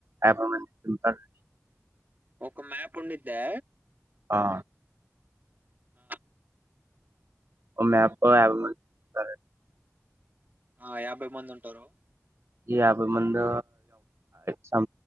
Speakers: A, on the right; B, on the right.
A: యాబై మంది ఉంటారండి
B: ఒక మ్యాప్ ఉండిద్దా
A: ఆ
B: ఆ
A: ఓ మ్యాప్ లో యాబై మంది ఉంటారండి
B: ఆ యాభై మంది ఉంటారు
A: ఈ యాభై మంది చ